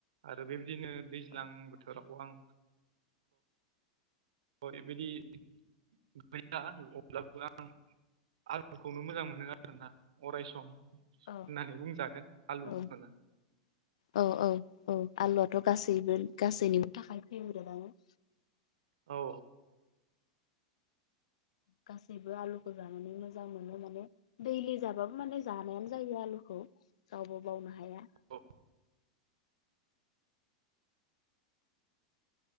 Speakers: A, on the right; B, on the left.
A: आरो बेबायदिनो दैज्लां
B: औ
A: बोथोराव आं अबायदि गैया अब्लाबो आं आलुखौनो मोजां मोनो आरो ना अराय सम। होननानै
B: औ
A: बुंजागोन आलुखौनो।
B: औ औ औ औ आलुआथ' गासैबो गासैनिबो थाखाय फैबोदो आनो।
A: औ
B: गासैबो आलुखौ जानानै मोजां मोनो माने दैलि जाबाबो माने जानायानो जायो आलुखौ रावबो बावनो हाया।
A: औ